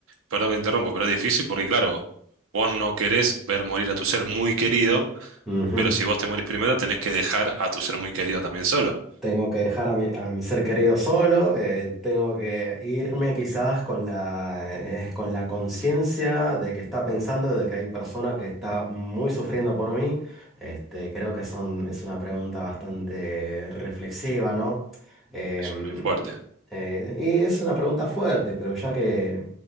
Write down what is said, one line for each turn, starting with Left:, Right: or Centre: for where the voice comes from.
Right: perdón que te interrumpo, pero es difícil porque, claro, vos no querés ver morir a tu ser muy querido,
Centre: Ujú.
Right: pero si vos te morís primero, tenés que dejar a tu ser muy querido también solo.
Centre: Tengo que dejar a mi, a mi ser querido solo, eh, tengo que irme quizás con la, eh, con la conciencia de que está pensando, de que hay personas que están muy sufriendo por mí. Este, creo que son, es una pregunta bastante reflexiva, ¿no? Em,
Right: Es, es fuerte.
Centre: eh, y es una pregunta fuerte, pero ya que